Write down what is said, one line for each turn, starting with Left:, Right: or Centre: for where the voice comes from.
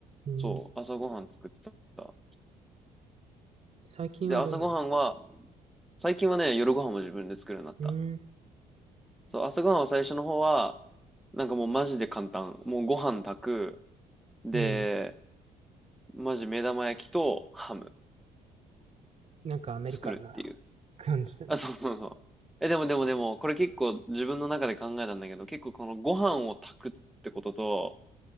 Right: ん。うん。
Centre: そう、朝ごはん作ってた。
Right: 最近はどうなん
Centre: で、朝ごはんは、最近はね、夜ごはんも自分で作るようになった。
Right: うん、
Centre: そう、朝ごはんは最初の方は、なんかもうマジで簡単。もうご飯炊く。で、
Right: うん。
Centre: マジ目玉焼きとハム
Right: なんかアメリカンな
Centre: 作るっていう。
Right: 感じだね。
Centre: あ、そうそうそう。え、でもでもでも、これ結構自分の中で考えたんだけど、結構このご飯を炊くってことと、